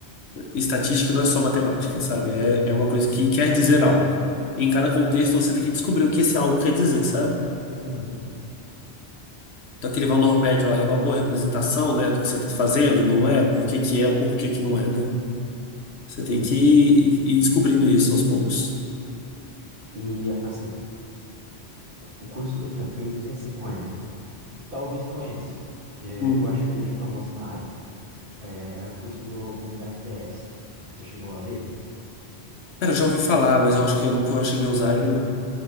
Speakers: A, on the left; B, on the right.
A: estatística não é só matemática, sabe? É, é uma coisa que quer dizer algo. Em cada contexto você tem que descobrir o que esse algo quer dizer, sabe?
B: Uhum.
A: Então, aquele valor médio lá ele é uma boa representação, né, do que você está fazendo, não é? Por que que é, por que que não é, né? Você tem
B: Isso.
A: que ir ir descobrindo isso aos poucos.
B: E assim, o curso que eu tinha feito, não sei se você conhece, talvez conheça, que eu
A: Uhum.
B: acho ele bem famoso na área. É, era um curso do Comunidade DS. Você chegou a ver?
A: Cara, eu já ouvi falar, mas eu acho que eu nunca cheguei a usar ele, não.